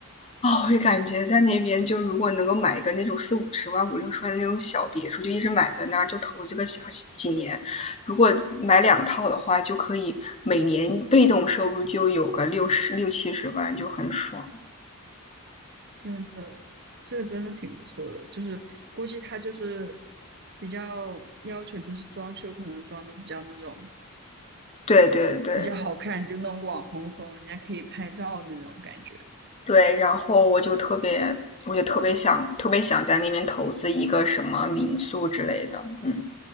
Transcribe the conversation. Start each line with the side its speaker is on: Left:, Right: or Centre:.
Left: 哦，我就感觉在那边，就如果能够买一个那种四五十万、五六十万的那种小别墅，就一直买在那儿，就投资个小几年。如果买两套的话，就可以每年被动收入就有个六十六七十万，就很爽。
Right: 真的，这个真的挺不错的，就是估计他就是比较要求，就是装修可能装的比较那种
Left: 对对对
Right: 比较好看，就那种网红风，人家可以拍照那种感觉。
Left: 对，然后我就特别，我就特别想，特别想在那边投资一个什么民宿之类的。嗯，